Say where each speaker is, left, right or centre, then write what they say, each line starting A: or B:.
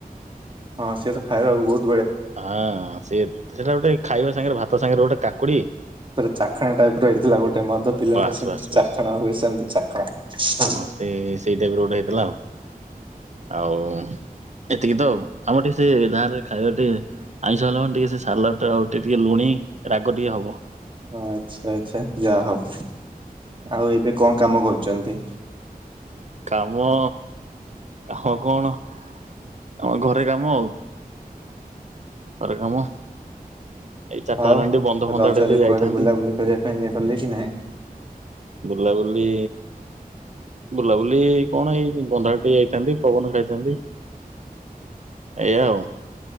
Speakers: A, on the right; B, on the right.
A: ହଁ ସେ ତ ଖାଇବାକୁ ବହୁତ୍
B: ହଁ ସେ ସେଟା ଗୋଟେ ଖାଇବା ସାଙ୍ଗରେ ଭାତ ସାଙ୍ଗରେ ଗୋଟେ କାକୁଡି଼
A: ପ ଚାଖଣା ଟାଇପ ର ହେଇଥିଲା ଗୋଟେ ମଦ ପିଲାରେ
B: ବାସ୍
A: ସେମିତି
B: ବାସ୍
A: ଚାଖଣା
B: ବାସ୍
A: ହୁଏ ସେମିତି ଚାଖଣା।
B: ସେଇ ସେଇ ଟାଇପ୍ ର ଗୋଟେ ହେଇଥିଲା ଆଉ। ଆଉ ଏତିକି ତ ଆଉ। ଆମର ଟିକେ ସେ ଗାଁ ରେ ଖାଇବା ଟିକେ ଆଇଁଷ ହେଲା ମାନେ ଟିକେ ସେ ସାଲାଡ଼୍ ଆଉ ଟିକେ ଟିକ ଲୁଣି ରାଗ ଟିକେ ହବ।
A: ଆଚ୍ଛା ଆଚ୍ଛା ଯାହ ହଉ। ଆଉ ଏବେ କଣ କାମ କରୁଛନ୍ତି?
B: କାମ କାମ କଣ ଆମ ଘରେ କାମ ଆଉ। ଘରେ କାମ। ଏଇ ଚାରିଟା
A: ଆଉ
B: ହେଲାଣି ଟିକେ ବନ୍ଧ ଫନ୍ଧ
A: ରଜରେ
B: ଆଡ଼େ ଟିକେ ଯାଇଥାନ୍ତି।
A: କୁଆଡେ ବୁଲାବୁଲି କରିବା ପାଇଁ ଗଲେ କି ନାହିଁ?
B: ବୁଲାବୁଲି ବୁଲାବୁଲି କଣ ଏଇ ବନ୍ଧ ଆଡ଼େ ଟେ ଯାଇଥାନ୍ତି, ପବନ ଖାଇଥାନ୍ତି। ଏଇଆ ଆଉ।